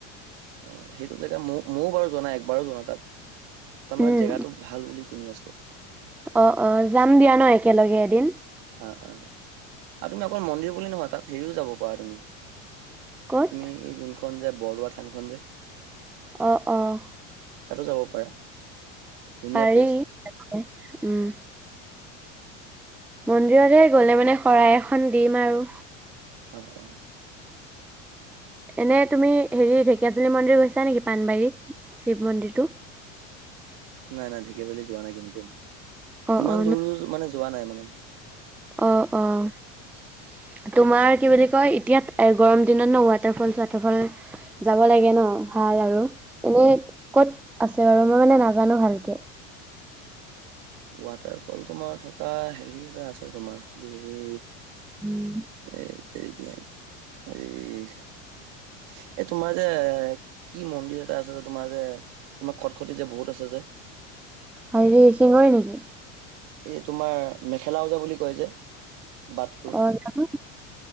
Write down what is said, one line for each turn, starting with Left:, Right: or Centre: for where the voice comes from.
Right: অহ, সেইটো জেগা ম-মইয়ো বাৰু যোৱা নাই, একবাৰো যোৱা নাই তাত। তাৰমানে
Centre: উম
Right: জেগাটো ভাল বুলি শুনি আছোঁ।
Centre: অহ', অহ' যাম দিয়া ন' একেলগে এদিন।
Right: অহ', অহ'। আৰু তুমি অকল মন্দিৰ বুলি নহয়, তাত হেৰিও যাব পাৰা তুমি। তুমি
Centre: ক'ত
Right: এই যোনখন যে বৰদোৱা থানখন যে।
Centre: অহ', অহ'।
Right: তাতো যাব পাৰা। ধুনীয়া
Centre: পাৰি,
Right: প্লেচ
Centre: উম। মন্দিৰলে গ'লে মানে শৰাই এখন দিম আৰু।
Right: অহ', অহ'।
Centre: এনেই তুমি হেৰি ঢেকীয়াজুলি মন্দিৰ গৈছা নেকি পাণবাৰী শিৱ মন্দিৰটো?
Right: নাই নাই ঢেকীয়াজুলি যোৱা নাই কিন্তু মই।
Centre: অ',
Right: ইমান
Centre: অ',
Right: দূৰ মানে যোৱা নাই মানে।
Centre: অহ', অহ' তোমাৰ কি বুলি কি বুলি কয় এতিয়াত গৰম দিনত ন' ৱাটাৰফল-চোৱাটাৰফল যাব লাগে ন' ভাল আৰু। এনেি ক'ত আছে বাৰু মই মানে নাজানোঁ ভালকে।
Right: ৱাটাৰফল তোমাৰ থকা হেৰি এটা আছে তোমাৰ এই
Centre: উম।
Right: এই তেৰিকে এই এ তোমাৰ যে, কি মন্দিৰ এটা আছে যে তোমাৰ যে তোমাৰ খট খটি যে বহুত আছে যে।
Centre: হেৰি শিঙৰি নেকি?
Right: এই তোমাৰ মেখেলা ওজা বুলি কয় যে। বাটটো
Centre: অহ, জানো।